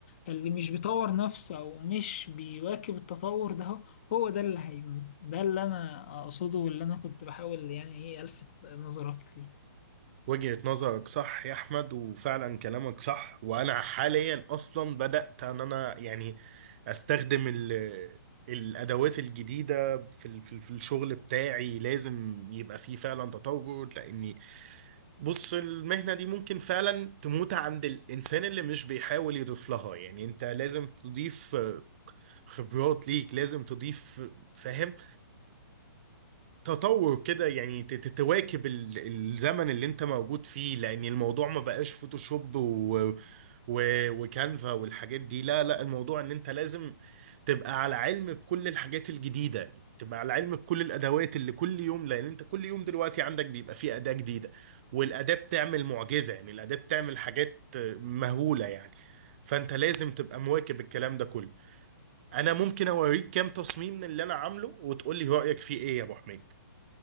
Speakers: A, on the left; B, on the right.
A: اللي مش بيطور نفسه او مش بيواكب التطور ده هو هو ده اللي هيموت ده اللي انا اقصده واللي انا كنت بحاول يعني ايه الفت نظرك ليه
B: وجهة نظرك صح يا احمد وفعلا كلامك صح وانا حاليا اصلا بدأت ان انا يعني استخدم ال الادوات الجديده في ال- في ال- في الشغل بتاعي لازم يبقى فيه فعلا تطور لان بص المهنة دي ممكن فعلا تموت عند الإنسان اللي مش بيحاول يضيف لها يعني أنت لازم تضيف آه، خبرات ليك لازم تضيف آه، فاهم تطور كده يعني ت- ت- تواكب ال- الزمن اللي انت موجود فيه لان الموضوع ما بقاش فوتوشوب و... و... وكانفا والحاجات دي لا لا الموضوع ان انت لازم تبقى على علم بكل الحاجات الجديدة تبقى على علم بكل الادوات اللي كل يوم لان انت كل يوم دلوقتي عندك بيبقى فيه اداة جديدة والاداة بتعمل معجزة يعني الاداة بتعمل حاجات مهولة يعني فانت لازم تبقى مواكب الكلام ده كله انا ممكن اوريك كام تصميم من اللي انا عامله وتقولي رأيك فيه ايه يا ابو حميد